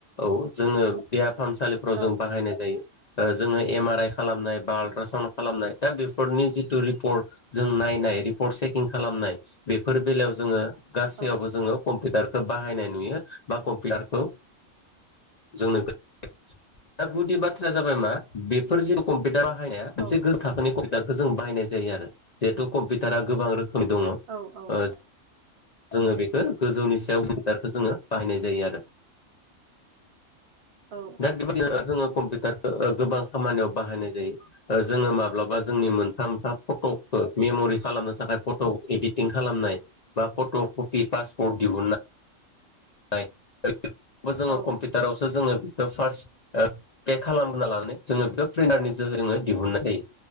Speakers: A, on the left; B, on the right.
A: औ जोङो देहा फाहामसालिफ्राव जों
B: औ
A: बाहायनाय जा <unintelligible> <unintelligible> ओ जोङो एम आर आइ खालामनाय बा आलट्रासन
B: उम
A: खालामनाय दा बेफोरनि जितु रिपर्ट जों नायनाय रिपर्ट चेकिं खालामनाय बेफोर बेलायाव जोङो गासैयावबो
B: औ
A: जोङो कम्पिटारखो बाहायनाय नुयो। बा कम्पियारखो जोंनो <unintelligible> दा गुदि बाथ्राया जाबाय मा बेफोर जेरखम पिटारा हायनाया मोनसे
B: औ
A: गोज थाखोनि कम्पिउटारखो जों बायनाय जायो आरो जेहेतु कम्पिटारा गोबां रोख <unintelligible> दङ'
B: औ औ
A: ओज जोङो बेखो गोजौनि सायाव <unintelligible> खो जोङो बाहायनाय जायो आरो।
B: औ
A: दा बेबादिनो ओ जोंङो कम पिटारखो ओ गोबां खामानियाव बाहायनाय जायो ओ जोङो माब्लाबा जोंनि मोन सामथा फट'खो मेम'रि खालामनो थाखाय फट' इडिटिं खालामनाय बा फट' कपि पासपर्ट दिहुनना <unintelligible> बो जोङो
B: औ
A: कम्पिउटारावसो जोङो <unintelligible> ओ फार्स्ट ओ पे खालामना लानानै जोङो बेखौ <unintelligible> जोङो दिहुननाय जायो।